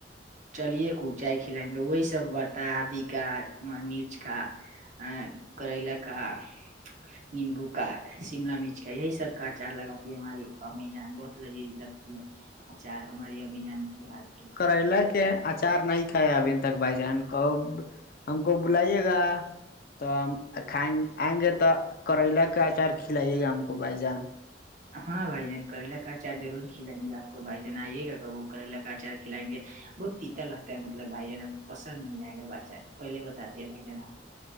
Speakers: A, on the right; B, on the left.
A: چلیے کچائی کھلائیں گے وہی سب برتا آدی کا مرچ کا ا کرلا کا <inaudible> نیمبو کا شم مرچ کا یہی سب کا اچار لگاتی ہے ہماری امی جان بہت لذیذ لگتی ہے اچار ہماری امی جان کی ہاتھ کی
B: پہلے کے اچار نہیں تھا ابھی تک بھائی جان کب ہم کو بلائیے گا تو ہمچ کھائیں آئیں گے تو کریلا کے اچار کھلائیے گا ہم کو بھائی جان
A: ہاں بھائی جان کرلا کا اچار ضرور کھلائیں گے آپ کو بھائی جان آئیے گا کاب وہ کریلا کا اچار کھلائیں گے بہت تیتا لگتا ہے مطلب بھائی جان اب پسند نہیں آئے گا بھائی جان پہلے بتاتے ہیں بھائی جان آپ